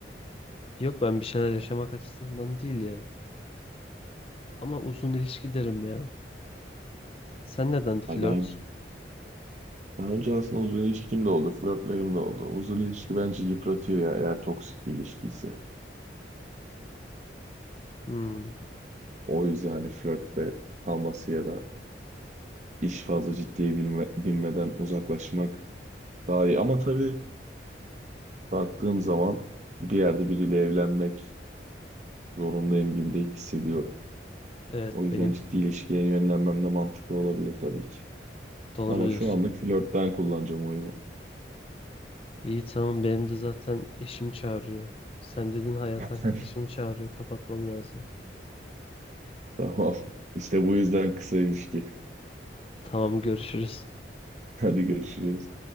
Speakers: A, on the left; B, on the right.
A: Yok ben bir şeyler yaşamak açısından değil ya. Ama uzun ilişki derim ya. Sen neden flört?
B: Ya Daha önce, daha önce aslında uzun ilişkim de oldu, flörtlerim de oldu. Uzun ilişki bence yıpratıyor ya eğer toksik bir ilişki ise,
A: Hmm,
B: O yüzden hani flörtte kalması ya da iş fazla ciddiye bilme, binmeden uzaklaşmak daha iyi. Ama tabii baktığım zaman bir yerde biriyle evlenmek zorundayım gibi de hissediyorum.
A: evet
B: O yüzden
A: benim
B: ciddi ilişkiye yönlenmem de mantıklı olabilir tabii ki.
A: doğru
B: Ama
A: diyorsun.
B: şu anlık flört ben kullanacağım oyumu.
A: İyi tamam benim de zaten eşim çağırıyor. Sen dedin hayat
B: <laughs>
A: arkadaşım çağırıyor. Kapatmam lazım.
B: Tamam. İşte bu yüzden kısa ilişki.
A: Tamam görüşürüz.
B: Hadi görüşürüz.